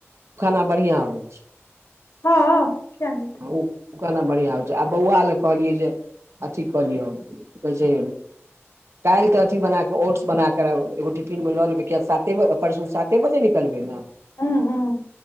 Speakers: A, on the right; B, on the left.
A: खाना बढ़ियां अबै छै
B: हँ किया नै हेतै
A: आउ खाना बढ़िआँ होइ छै आ बौआ लए कहलियै जे अथी क लिय कहै छै काल्हि तऽ अथी बना कऽ ओट्स बना कऽ एगो टिफिन मे लऽ लेबै किय साते परसू साते बजे निकलबै ने
B: हूं हूं